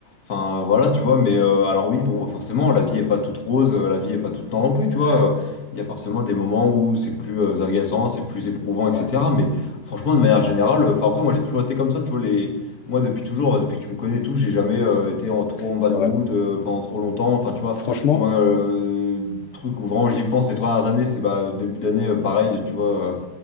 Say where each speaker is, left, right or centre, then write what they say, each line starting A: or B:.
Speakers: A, on the left; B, on the left.
A: Enfin, euh, voilà, tu vois, mais euh, alors oui, bon, forcément, la vie est pas toute rose, euh, la vie est pas toute noire non plus, tu vois. euh, Il y a forcément des moments où c'est plus euh, agaçant, c'est plus éprouvant,
B: Ouais,
A: etc. Mais franchement, de manière générale, euh, enfin, après, moi, j'ai toujours été comme ça, tu vois, les... Moi, depuis toujours, euh, depuis que tu me connais et tout, j'ai jamais euh, été en, trop en bad
B: c'est
A: mood
B: vrai.
A: euh, pendant trop longtemps. Enfin, tu vois,
B: Franchement,
A: moi, euh, truc où vraiment j'y pense ces trois dernières années, c'est bah, début d'année, euh, pareil, tu vois. euh,